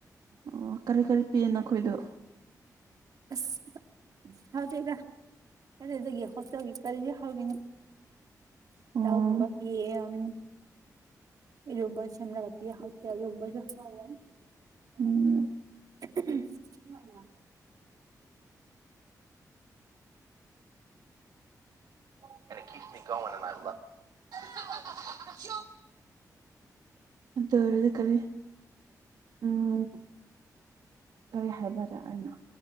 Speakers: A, on the right; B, on the right.
A: ꯑꯣ ꯀꯔꯤ ꯀꯔꯤ ꯄꯤꯌꯦ ꯅꯈꯣꯏꯗꯨ?
B: ꯑꯁ ꯎꯝ ꯍꯥꯎꯇꯦꯗ ꯀꯗꯥꯏꯗꯒꯤ ꯍꯣꯁꯇꯦꯜꯒꯤ ꯀꯔꯤꯗꯤ ꯍꯥꯎꯒꯅꯤ
A: ꯑꯣ
B: ꯗꯥꯜꯒꯨꯝꯕ ꯄꯤꯌꯦ ꯑꯝ ꯏꯔꯣꯟꯕ ꯁꯦꯝꯔꯒ ꯄꯤꯌꯦ ꯍꯥꯎꯇꯦ ꯑꯗꯨ ꯒꯨꯝꯕꯁꯨ <unintelligible>
A: ꯎꯝ
B: <unintelligible>
A: <unintelligible> ꯑꯗꯨ ꯑꯣꯢꯔꯗꯤ ꯀꯔꯤ ꯎꯝ ꯀꯔꯤ ꯍꯥꯏꯕꯔ ꯑꯩꯅ